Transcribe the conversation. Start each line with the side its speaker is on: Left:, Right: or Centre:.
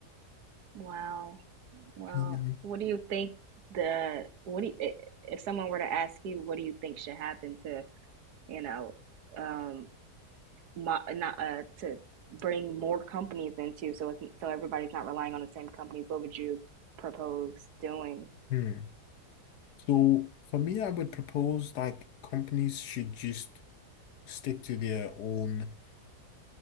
Right: Wow. Well,
Left: Yeah.
Right: what do you think the what do you, i- if someone were to ask you what do you think should happen to, you know, um mo not uh to bring more companies into so it's, so everybody's not relying on the same companies, what would you propose doing?
Left: Hmm. So for me, I would propose like companies should just stick to their own